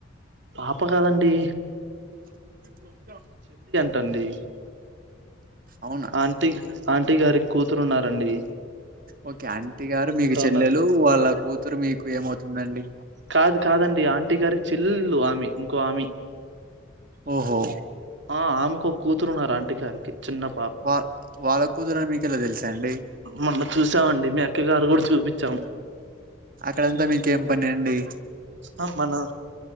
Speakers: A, on the right (about 65°); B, on the right (about 45°).
A: పాప కాదండి
B: ద
A: తండ్రి
B: అవునా
A: ఆంటీ ఆంటీ గారిక్ కూతురున్నారండి.
B: ఓకే ఆంటీ గారు మీకు చెల్లెలూ
A: ఉన్నారు
B: వాళ్ళ కూతురు మీకు ఏమవుతుందండి.
A: కాదు కాదండి టీ గారి చెల్లెలు ఆమె ఇంకో ఆమె
B: ఓహో
A: ఆ ఆమెకొక్. కూతురున్నారు ఆంటీ గారికి చిన్నప్
B: వాళ్ వాళ్ళ కూతురని మీకెలా తెలుసండి.
A: మొన్న చూసామండి మీ అక్కయ్య గారు గూడా చూపిచ్చాం.
B: అక్కడంతా మీకేం పని అండి
A: ఆ మనా